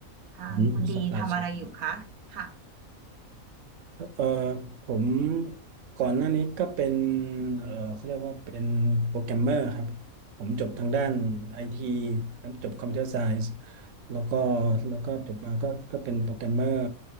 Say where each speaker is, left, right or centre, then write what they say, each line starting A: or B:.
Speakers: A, on the right; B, on the right.
A: ทางคุณดีทำอะไรอยู่คะค่ะ
B: อืม supply chain เอ่อผมก่อนหน้านี้ก็เป็นเอ่อเขาเรียกว่าเป็นโปรแกรมเมอร์ครับผมจบทางด้านไอทีครับจบคอมพิวเตอร์ไซส์แล้วก็แล้วก็จบมาก็ก็เป็นโปรแกรมเมอร์